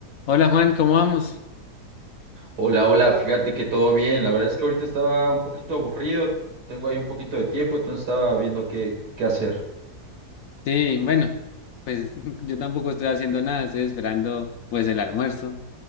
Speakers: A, on the left (about 65°); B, on the right (about 75°).
A: Hola Juan, ¿cómo vamos?
B: Hola, hola, fíjate que todo bien. La verdad es que ahorita estaba un poquito aburrido, tengo ahí un poquito de tiempo, entonces estaba viendo qué, qué hacer.
A: Sí, bueno, pues <laughs> yo tampoco estoy haciendo nada, estoy esperando pues el almuerzo.